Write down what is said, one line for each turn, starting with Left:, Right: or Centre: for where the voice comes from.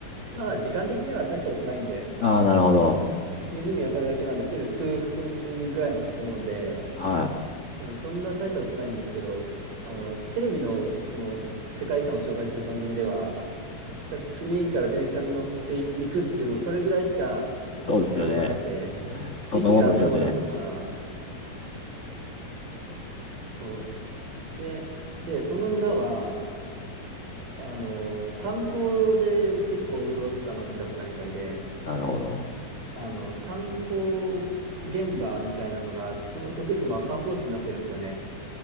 Right: まあ、時間的には大したことないんで、
Left: ああー、
Right: あの
Left: なるほど。
Right: 湖渡るだけなんで、せいぜい数分ぐらいだと思うんで、
Left: はい。
Right: うん、そんな大したことないんですけど、あの、テレビの、その、世界遺産を紹介する番組では、確かウィーンから電車に乗っていくっていう、もうそれぐらいしか
Left: そうですよね。
Right: 情報がなくて、
Left: そんなもんですよね。
Right: 駅がどうだとか、そう、で、で、その村は、あの、炭鉱で結構潤った町だったみたいで、
Left: なるほど。
Right: あの、炭鉱現場みたいなのが、その、そっくりそのまま観光地になってるんですよね。